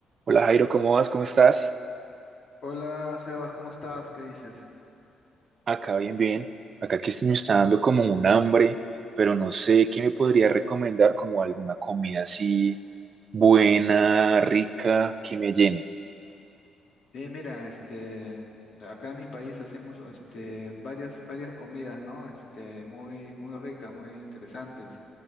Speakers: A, on the right (about 50°); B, on the left (about 65°).
A: Hola Jairo, ¿cómo vas? ¿Cómo estás?
B: Hola Sebas, ¿cómo estás? ¿Qué dices?
A: Acá bien, bien. Acá que sí me está dando como un hambre, pero no sé qué me podría recomendar como alguna comida así buena, rica, que me llene.
B: Bien, mira, este, acá en mi país hacemos este, varias, varias comidas, ¿no? Este, muy, muy ricas, muy interesantes.